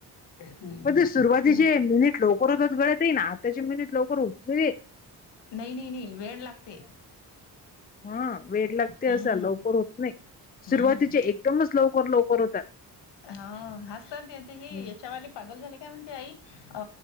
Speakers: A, on the left; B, on the left.
A: हम्म.
B: पण ते सुरुवातीचे
A: तुम
B: मिनिट लवकरतच गळेत आहे ना आताची मिनिट लवकर होत नाय
A: नाही नाही नाही वेळ लागते
B: हा वेळ लागते
A: हम्म.
B: असा लवकर होत नाही सुरुवातीचे
A: हम्म.
B: एकदमच लवकर लवकर होतात
A: ह हसत ते ते हे
B: हम्म.
A: याच्यावरली पागल झाले काय म्हणते आई अ